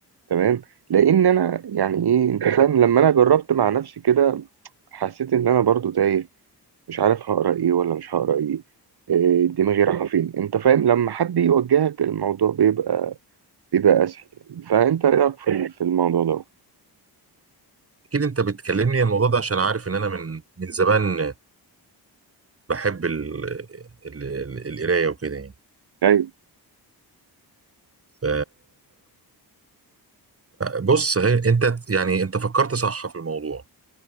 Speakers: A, on the right; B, on the right.
A: تمام لأن أنا يعني إيه أنت فاهم لما أنا جربت مع نفسي كده حسيت إن أنا برضو تايه مش عارف هقرا ايه ولا مش هقرا ايه إيه، دماغي رايحه فين انت فاهم لما حد يوجهك الموضوع بيبقى بيبقى اسهل يعني. فانت ايه رايك في ال- في الموضوع ده
B: اكيد انت بتكلمني عن الموضوع ده عشان عارف ان انا من من زمان بحب ال- ال- ال- القرايه وكده يعني
A: ايوه
B: ف- بص هي انت يعني انت فكرت صح في الموضوع